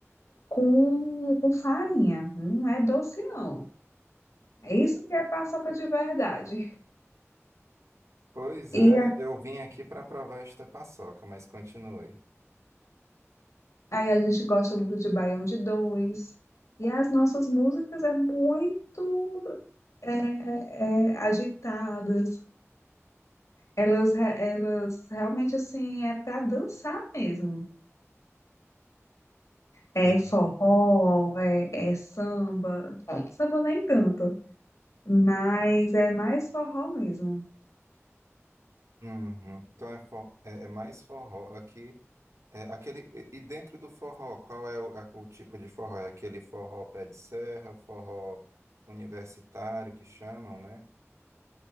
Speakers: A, on the left (about 85°); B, on the right (about 75°).
A: com, com farinha. Não é doce, não. É isso que é paçoca de verdade.
B: Pois
A: E
B: é,
A: a-
B: eu vim aqui para provar esta paçoca, mas continue.
A: aí a gente gosta muito de Baião de Dois. E as nossas músicas é muito é, é, agitadas. Elas, re- elas realmente assim é para dançar mesmo. É
B: E-
A: forró, é, é samba. Samba nem tanto, mas é mais forró mesmo.
B: Uhum. Então é, fo- é- é mais forró aqui. é aquele, e e dentro do forró, qual é o, a- o tipo de forró? É aquele forró pé de serra, forró universitário que chamam, né?